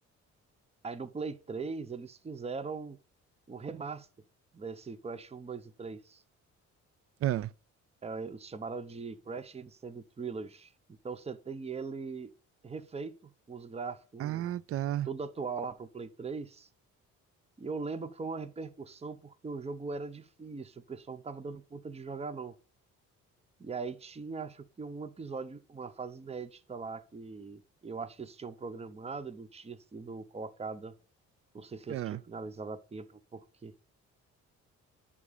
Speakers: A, on the right; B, on the right.
A: Aí no Play 3 eles fizeram um remaster desse Crash um 2 e três
B: Ah,
A: Eles chamaram de Crash Insane Trilogy. Então você tem ele refeito, com os gráficos
B: ah, tá.
A: tudo atual lá pro Play 3. E eu lembro que foi uma repercussão porque o jogo era difícil, o pessoal não estava dando conta de jogar, não. E aí tinha, acho que um episódio, uma fase inédita lá que eu acho que eles tinham programado e não tinha sido colocada. Não sei se eles
B: Ah.
A: tinham finalizado a tempo, porque,